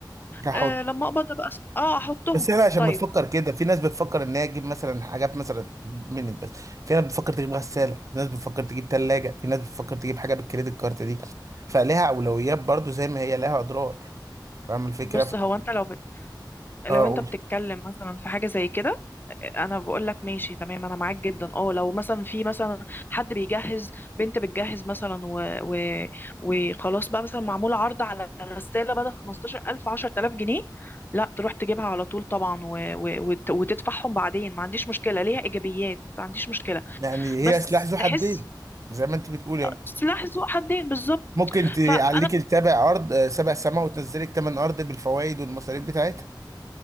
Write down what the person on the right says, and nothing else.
كحط
بس احنا عشان
بنفكر كده في ناس بتفكر ان هي تجيب مثلا حاجات مثلا من بس في ناس بتفكر تجيب غساله في ناس بتفكر تجيب ثلاجه في ناس بتفكر تجيب حاجه بالكريدت كارت دي فلها اولويات برضو زي ما هي لها اضرار فاهم الفكرة
ف...
اه
قول
يعني
هي سلاح ذو حدين
زي ما انت بتقول يعني
ممكن تعليك
السبع ارض آه، سبع سماء وتنزلك تمن ارض بالفوائد والمصاريف بتاعتها